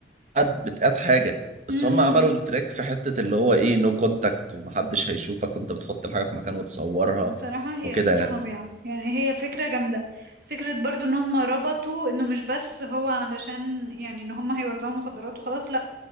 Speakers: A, on the right; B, on the right.
A: اد بتقاد حاجة بس
B: امم
A: هم عملوا التريك في حتة اللي هو ايه نو كونتاكت ومحدش هيشوفك وانت بتحط الحاجة في مكان وتصورها
B: بصراحة هي
A: وكده
B: فكرة
A: يعني
B: فظيعة يعني هي فكرة جامدة فكرة برضو ان هم ربطوا انه مش بس هو علشان يعني ان هم هيوزعوا مخدرات وخلاص لأ